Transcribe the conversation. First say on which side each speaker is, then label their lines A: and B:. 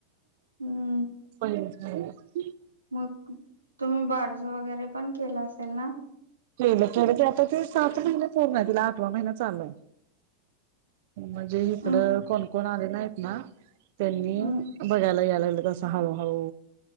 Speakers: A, on the right; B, on the right.
A: हम्म
B: ब ह
A: मग तुम्ही बारस वगैरे पण केलं असेल ना
B: केलं केलं क आता ते सात महिने पूर्ण आहे तिला आठवा महिना चाललाय म्हणजे इकडं
A: हम्म
B: कोण कोणा आले नाहीत ना त्यांनी
A: हम्म
B: बघायला यायला लागलं बस हाव ह